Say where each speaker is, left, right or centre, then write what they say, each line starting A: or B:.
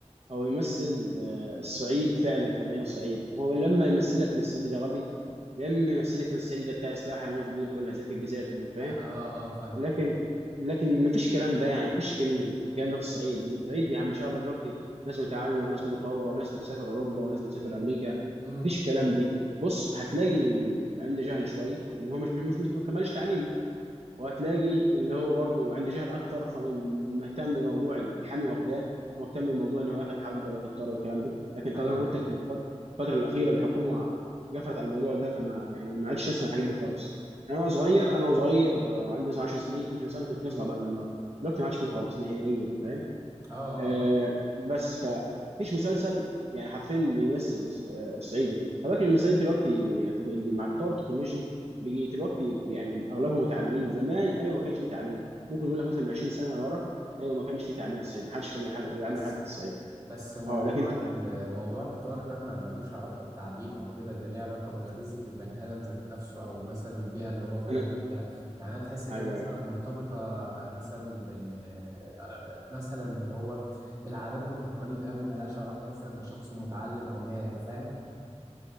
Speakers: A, on the right (about 60°); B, on the right (about 30°).
A: هو يمثل آه الصعيد فعلا كما هي الصعيد هو لما يمثل لك ان الصعيدي ده غبي لما يمثل لك ان الصعيدي ده بتاع سلاح هيموت الدنيا كلها زي في الجزائر اتنين فاهم
B: اه اه آه، فاهم
A: لكن لكن ما فيش كلام ده يعني ما فيش كل- الكلام ده في الصعيد الصعيد دي ما شاء الله دلوقتي ناس متعلمه وناس متطوره وناس بتسافر اوروبا وناس بتسافر امريكا ما
B: امم
A: فيش الكلام ده بص هتلاقي ال... عنده جهل شويه ان هو مش مش مش ما كملش تعليم وهتلاقي اللي هو برضه عنده جهل اكتر فمهتم بموضوع الحامي واخداه ومهتم بموضوع ان هو ياخد حقه وياخد طار والكلام ده لكن طبعا
B: ايوه أيوة.
A: زي ما قلت لك في الفت- الفتره الاخيره الحكومه قفلت على الموضوع ده فما يعني ما عادش اسمع الحاجات دي خالص انا وانا صغير انا صغير آه، وعندي مثلا 10 سنين 12 سنه كنت اسمع ضرب النار دلوقتي ما عادش فيه خالص نهائيا فاهم
B: اه
A: آه
B: اه
A: بس فمفيش مسلسل يعني حرفيا بيمثل الص- آه، الصعيدي فاكر ان الصعيدي دلوقتي تط- مع تطور التكنولوجي بيجي دلوقتي يعني اغلبهم متعلمين زمان ايوه ما كانش فيه تعليم ممكن يقول لك مثلا من 20 سنه ورا ايوه ما كانش فيه تعليم في الصعيد ما حدش كان بيح- بيعلم
B: بس
A: حد في الصعيد
B: بس موضوع
A: اه لكن
B: ال- موضوع الطار ده ما ملوش علاقة بتعليم أو كده ده ليه علاقة بغريزة البني آدم ذات نفسه أو مثلا البيئة اللي هو طالع
A: انا
B: فيها يعني أنا تحس إن
A: ايوه
B: هي مثلا
A: ايوه
B: مرتبطة مثلا بال آه، مثلا اللي هو العادات والتقاليد أوي ملهاش علاقة مثلا بشخص متعلم أو جاهل فاهم؟